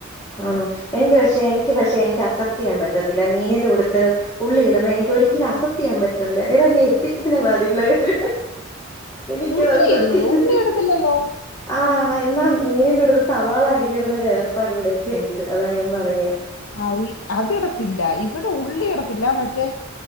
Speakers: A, on the left; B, on the left.
A: ആണോ എനിക്ക് പക്ഷെ എനിക്ക് പക്ഷെ എനിക്ക് അസ പ്റ്റെയ്യാൻ പറ്റത്തില്ല മീനിന്റെ ഉടുത്ത് ഉള്ളി ഇടുന്നെ എനിക്ക് ഒരിക്കലും അസെപ്റ്റ് ചെയ്യാൻ പറ്റത്തില്ല ഏതാ എന്റെ എത്തിക്സിനെ ബാധിക്കുന്ന കാര്യ എനിക്ക്
B: ഉള്ളി
A: അസപ്റ്റ്
B: ഇടുന്നത്
A: <unintelligible>
B: ഉള്ളി ഇടത്തില്ലല്ലോ
A: ആഹ് എന്നാ മീനിന്റെ ഉടുത്ത് സവാളായി <unintelligible> ഇടുന്ന ഒരു ഏർപ്പാട് ഇവിടെയൊക്കെ ഉണ്ട് അതാ ഞാൻ പറഞ്ഞെ
B: ആ അതിടത്തില്ല ഇവിടെ ഉള്ളിയിടത്തില്ല മറ്റേ